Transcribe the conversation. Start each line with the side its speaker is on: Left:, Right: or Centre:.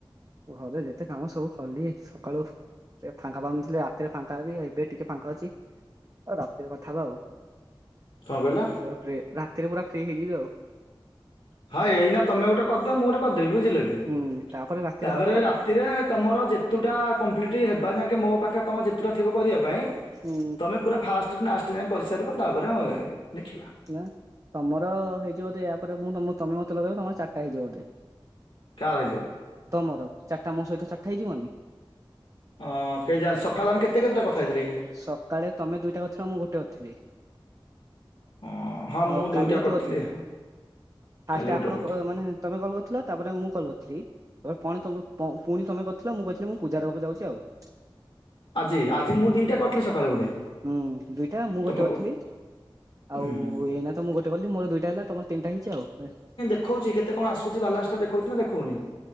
Right: ଘରେ ଯେତେ କାମ ସବୁ କଲି। ସକାଳୁ ଫାଙ୍କା ପାଉନଥିଲି, ରାତିରେ ଫାଙ୍କା ହେବି। ଏବେ ଟିକେ ଫାଙ୍କା ଅଛି। ଆଉ ରାତିରେ କଥା ହେବା ଆଉ।
Left: କଣ କହିଲ
Right: ରାତିରେ ପୁରା ଫ୍ରି ହେଇଯିବି ଆଉ।
Left: ହଁ ଏଇନା ତମେ ଗୋଟେ କରିଦିଅ, ମୁଁ ଗୋଟେ କରିଦେବି ବୁଝିଲ କି,
Right: ହୁଁ ତାପରେ ରାତିରେ
Left: ତାପରେ
Right: ହବା ଆଉ
Left: ରା ତିରେ, ତମର ଯେତୁଟା କମ୍ପ୍ଲିଟ୍ ହେବା ଯାଙ୍କେ ମୋ ପାଖରେ ତୁମ ଯେତୁଟା ଥିବ କରିବା ପାଇଁ
Right: ହୁଁ।
Left: ତମେ ପୁରା ଫାଷ୍ଟ୍ ରୁ ଲାଷ୍ଟ୍ ଯାଏ କରିସାରିବା ତାପରେ ଲେଖିବା।
Right: ନା ତମର ହେଇଚି ବଧେ, ୟା ପରେ ମୁଁ ତମ ତମେ ମତେ ଲଗେଇବ ତମର ଚାରିଟା ହେଇଯିବ ବଧେ?
Left: କାହାର ହେଇଯିବ?
Right: ତମର, ଚାରିଟା ମୋ ସହିତ ଚାରିଟା ହେଇଯିବନି?
Left: ହଁ କେଜାଣି, ସକାଳେ ଆମେ କେତେ କେତେଟା କଥା ହେଇଥିଲେ କି?
Right: ସକାଳେ ତମେ ଦୂଇଟା କରିଥିଲ, ମୁଁ ଗୋଟେ କରିଥିଲି।
Left: ଅ ହଁ ମୁଁ
Right: ଆଉ
Left: ଦୁଇଟା
Right: କାଲି ଗୋଟେ
Left: କରିଥିଲି
Right: କରିଥିଲ।
Left: ହଁ
Right: ଫାଷ୍ଟ୍
Left: କାଲି ଗୋଟେ
Right: ଆପଣ
Left: କରିଥିଲି।
Right: ମାନେ ତମେ କଲ୍ କରିଥିଲ ତାପରେ ମୁଁ କଲ୍ କରିଥିଲି। ଏ ପଣି ତମେ ପୁଣି ତମେ କରିଥିଲ, ମୁଁ କହିଥିଲି ମୁଁ ପୂଜାଦବାକୁ ଯାଉଛି ଆଉ।
Left: ଆଜି ଆଜି ମୁଁ ଦିଟା କରିଥିଲି ସକାଳେ ବୋଧେ।
Right: ହୁଁ ଦୂଇଟା ମୁଁ
Left: ତମେ
Right: ଗୋଟେ
Left: ଗୋ
Right: କରିଥିଲି। ଆଉ
Left: ଉଁ ହୁଁ
Right: ଏଇନା ତ ମୁଁ ଗୋଟେ କଲି ମୋର ଦିଇଟା ହେଲା ତମର ତିନିଟା ହେଇଛି ଆଉ।
Left: ଦେଖଉଚି କେତେ କଣ ଆସୁଚି ବାଲାନ୍ସଟା ଦେଖଉଚି ନା ଦେଖଉନି?